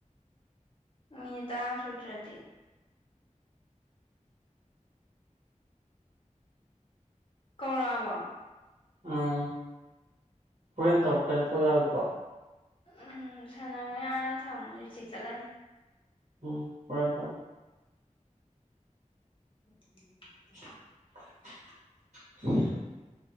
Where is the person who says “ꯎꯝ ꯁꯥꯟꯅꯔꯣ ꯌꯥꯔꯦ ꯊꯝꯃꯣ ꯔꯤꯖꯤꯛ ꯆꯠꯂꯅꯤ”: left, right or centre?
Left